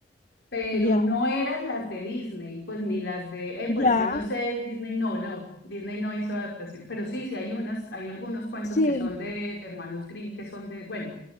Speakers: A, on the left; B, on the left.
A: pero
B: Ya,
A: no eran las de Disney, pues ni las de, eh,
B: ya,
A: pues yo no sé, Disney no, no, Disney no hizo adaptación, pero sí, sí hay unas, hay algunos cuentos
B: sí,
A: que son de, de Hermanos Grimm que son de, bueno.